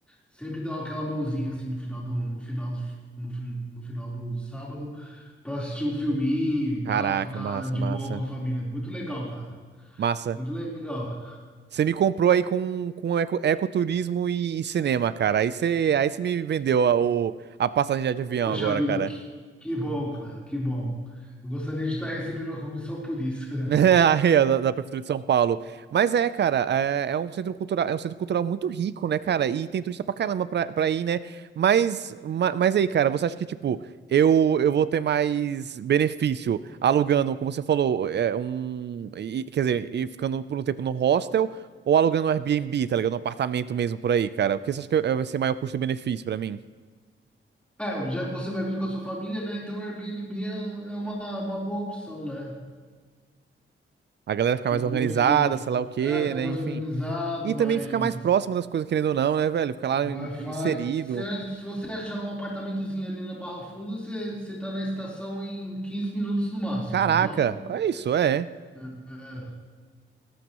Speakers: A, in the centre; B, on the right (about 55°).
A: sempre dão aquela mãozinha assim no final do, no final, do- no, fin- no final do sábado para assistir um filminho e tal,
B: Caraca,
A: ficar
B: massa,
A: de
B: massa.
A: boa com a família. Muito legal, cara.
B: Massa.
A: Muito legal.
B: Você me comprou aí com, com eco, ecoturismo e, e cinema, cara. Aí você, aí você me vendeu a, o, a passagem de avião
A: Poxa
B: agora,
A: vida,
B: cara.
A: que, que bom, cara, que bom. Eu gostaria de estar recebendo uma comissão por isso. <laughs>
B: <laughs> Aí, ó, da, da Prefeitura de São Paulo. Mas é, cara, é, é um centro cultural, é um centro cultural muito rico, né, cara? E tem turista pra caramba pra, pra ir, né? Mas, ma- mas aí, cara, você acha que, tipo, eu, eu vou ter mais benefício alugando, como você falou, é, um. e- quer dizer, e ficando por um tempo no hostel ou alugando um Airbnb, tá ligado? Um apartamento mesmo por aí, cara? O que você acha que é- vai ser maior custo-benefício pra mim?
A: É, já que você vai vir com a sua família, né? Então o Airbnb é é uma, uma boa opção, né?
B: A galera ficar
A: Uma
B: mais
A: boa
B: organizada,
A: opção.
B: sei lá o quê,
A: É, fica
B: né?
A: mais
B: Enfim.
A: organizado,
B: E também
A: mais
B: ficar mais próximo das coisas, querendo ou não, né, velho? Ficar lá
A: Wi-Fi.
B: in- inserido.
A: Se, é, se você achar um apartamentozinho ali na Barra Funda, você, você tá na estação em 15 minutos no máximo.
B: Caraca,
A: Então,
B: é isso, é.
A: é, é,